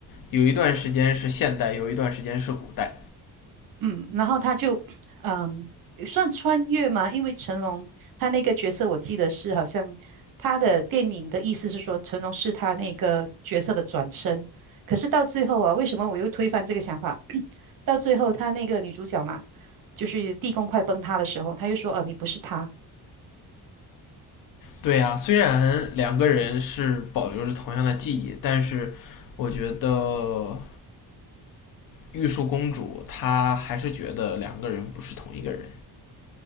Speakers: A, on the left; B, on the right.
A: 有一段时间是现代，有一段时间是古代。
B: 嗯，然后它就嗯算穿越嘛，因为成龙他那个角色我记得是好像他的电影的意思是说成龙是他那个角色的转身，可是到最后啊，为什么我又推翻这个想法？到最后，她那个女主角嘛，就是地宫快崩塌的时候，她又说：“呃，你不是她。”
A: 对啊，虽然两个人是保留着同样的记忆，但是我觉得玉树公主她还是觉得两个人不是同一个人。